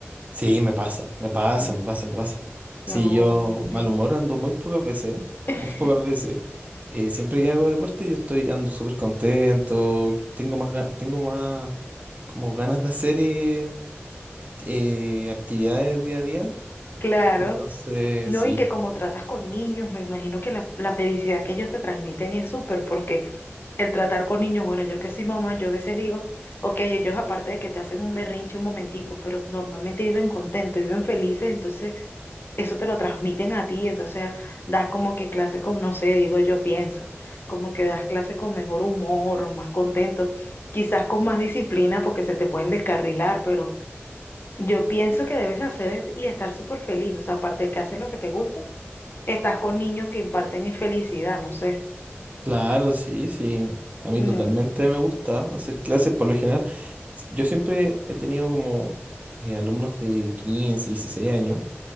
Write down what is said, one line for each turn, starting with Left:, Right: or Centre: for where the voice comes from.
Right: Sí, me pasa, me pasa,
Left: Mm.
Right: me pasa, me pasa.
Left: No,
Right: Sí, yo
Left: hombre.
Right: mal humor ando muy pocas veces, ¿eh? <laughs>
Left: <laughs>
Right: muy pocas veces. Eh, siempre que hago deporte yo estoy ando súper contento, tengo más, ga- tengo más como ganas de hacer eh, eh, actividades día a día.
Left: Claro,
Right: Entonces,
Left: no,
Right: sí,
Left: y que como tratas con niños, me imagino que la, la felicidad que ellos te transmiten es súper, porque el tratar con niños, bueno, yo que soy mamá, yo a veces digo, ok, ellos aparte de que te hacen un berrinche un momentico, pero normalmente viven contentos, viven felices, entonces eso te lo transmiten a ti, entonces das como que clase con, no sé, digo yo pienso, como que das clase con mejor humor, más contento, quizás con más disciplina porque se te pueden descarrilar, pero yo pienso que debes de hacer es- y estar súper feliz, o sea, aparte de que haces lo que te gusta, estás con niños que imparten infelicidad no sé.
Right: claro, sí, sí. A mí
Left: Mm,
Right: totalmente me gusta hacer clases, por lo general. Yo siempre he tenido como eh, alumnos de 15, 16 años.